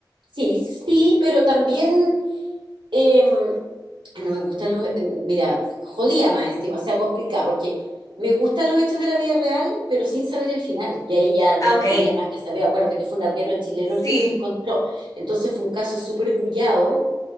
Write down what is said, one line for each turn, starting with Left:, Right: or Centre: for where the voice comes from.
Right: Sí, sí, pero también eh, no me gustan los. eh, mira, jodía más encima, o sea, complicada, porque me gustan los hechos de la vida real, pero sin saber el final. Y ahí ya
Left: Ah,
Right: yo
Left: ok.
Right: tenía más que saber. Acuérdate que fue un arriero chileno
Left: Sí.
Right: el que los encontró. Entonces fue un caso súper bullado